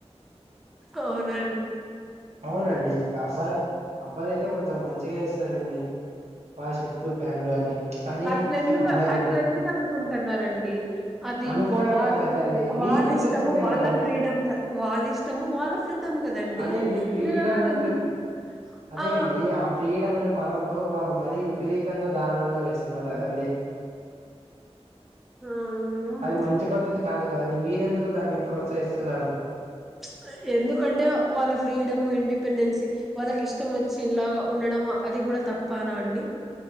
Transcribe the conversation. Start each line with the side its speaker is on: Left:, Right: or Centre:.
Centre: అవునండి
Right: అవునండి ఇంక అబ్బాయి అబ్బాయిలు అయితే కొంచెం మంచిగా ఏస్తారండి వా షర్టు ప్యాంటు అని కానీ
Centre: అట్ల ఎందుకు
Right: అమ్మాయిలు
Centre: అట్ల ఎందుకు అనుకుంటున్నరండి అది
Right: అనుకోవడం
Centre: వాళ్ళ
Right: కాదండి అది మీకు
Centre: వాళ్ళ ఇష్టము
Right: తెలిసిందే
Centre: వాళ్ళ
Right: కదండి
Centre: ఫ్రీడం వాళ్ళ ఇష్టము వాళ్ళ ఫ్రీడమ్ కదండి
Right: అదేండి ఫ్రీడమ్
Centre: మీరు అలాగ
Right: అని
Centre: ఎందుకు
Right: చెప్ అదే
Centre: ఆ
Right: అండి ఆ ఫ్రీడమ్ అనే పదంతో వాళ్ళు మరీ విపరీతంగా దారుణంగా వేస్తున్నారు కదా అండి <inaudible>
Centre: హ్మ్.
Right: అది మంచి పద్దతి కాదు కదండి మీరెందుకు దాన్ని ప్రోత్సహిస్తున్నారు
Centre: ప్చ్ ఎందుకంటే వాళ్ళ ఫ్రీడమ్ ఇండిపెండెన్సి వాళ్ళకి ఇష్టం వచ్చిన్ లాగా ఉండడం అది కూడా తప్పనా అండి